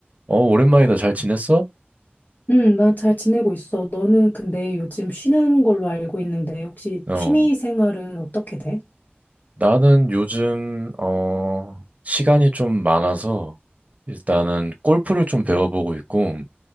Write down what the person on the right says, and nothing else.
어, 오랜만이다. 잘 지냈어?
어,
나는 요즘, 어, 시간이 좀 많아서 일단은 골프를 좀 배워보고 있고,